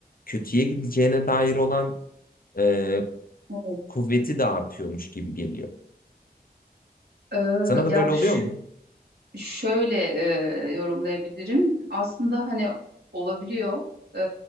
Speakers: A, on the left; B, on the right.
A: kötüye gideceğine dair olan e,
B: Evet.
A: kuvveti de artıyormuş gibi geliyor.
B: Ee,
A: Sana
B: ya
A: da böyle
B: bu
A: oluyor
B: şu-
A: mu?
B: şöyle e, yorumlayabilirim. Aslında hani olabiliyor. Ee,